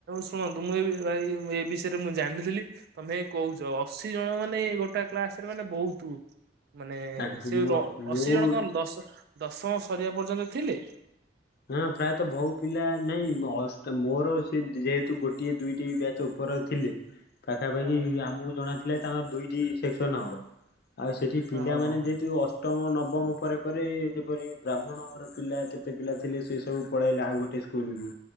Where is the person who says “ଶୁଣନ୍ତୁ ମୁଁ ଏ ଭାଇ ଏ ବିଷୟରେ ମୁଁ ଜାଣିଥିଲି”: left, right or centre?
Right